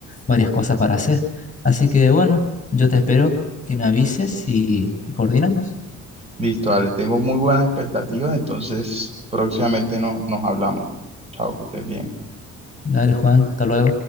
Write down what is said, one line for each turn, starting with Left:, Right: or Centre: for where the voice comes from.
Left: varias cosas para hacer. Así que bueno, yo te espero que me avises y y coordinamos.
Right: Listo, dale, tengo muy buenas expectativas, entonces próximamente no, nos hablamos. Chao, que estés bien.
Left: Dale, Juan, hasta luego.